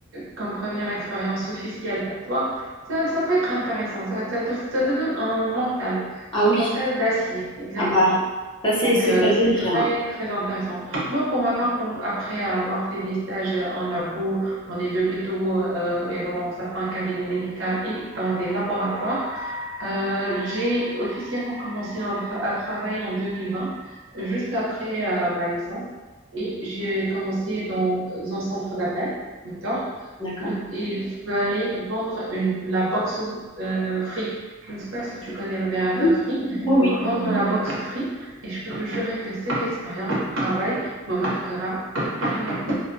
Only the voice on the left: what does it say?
ah
oui.
Ah bah Ça, c'est
c'est
ça de
le dire.
hein.
D'accord?
Oui,
oui. oui.